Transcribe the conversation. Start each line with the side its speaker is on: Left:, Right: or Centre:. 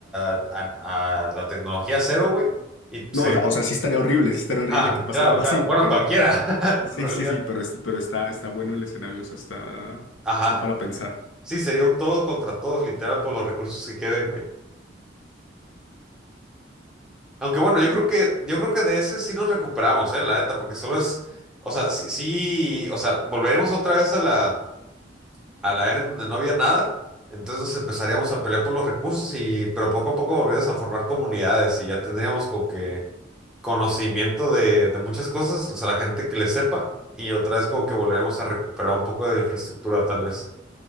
Centre: a, a- a la tecnología cero, güey. Y
Left: No,
Centre: sí,
Left: o sea, o sea, sí estaría horrible, sí estaría horrible
Centre: ah,
Left: que pasara
Centre: claro,
Left: algo
Centre: claro.
Left: así,
Centre: Bueno,
Left: pero
Centre: cualquiera,
Left: sí,
Centre: <laughs> en realidad.
Left: sí, sí, pero, este, pero está, está bueno el escenario, o sea, está,
Centre: Ajá.
Left: está para pensar.
Centre: Sí, sería un todos contra todos, literal, por los recursos que queden, güey. Aunque bueno, yo
Left: Uh,
Centre: creo que, yo creo que de ese sí nos recuperamos, eh, la neta, porque solo es, o sea, sí, sí, o sea, volveremos otra vez a la a la era en donde no había nada, entonces nos empezaríamos a pelear por los recursos y, pero poco a poco volveríamos a formar comunidades y ya tendríamos como que conocimiento de, de muchas cosas, o sea, la gente que le sepa y otra vez como que volveremos a recuperar un poco de infraestructura tal vez.